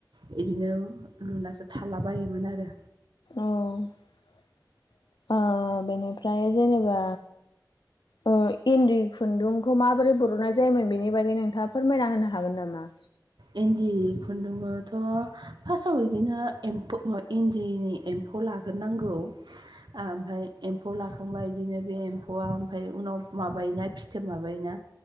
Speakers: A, on the right; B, on the left.
A: बिदिनो लुनासो थालाबायोमोन आरो।
B: औ अ बेनिफ्राय ओमफ्राय जेनेबा ओ इन्दि खुन्दुं खौ माबोरै बरनाय जायोमोन बेनि बागै नोंथाङा फोरमायना होनो हागोन नामा?
A: इन्दि खुन्दुंखौथ' फार्स्टआव बिदिनो एम्फौ इन्दिनि एम्फौ लाग्रोनांगौ। ओमफ्राय एम्फौ लाखांबा बिदिनो बे एम्फौआ ओमफ्राय उनाव माबायोना फिथोब माबायोना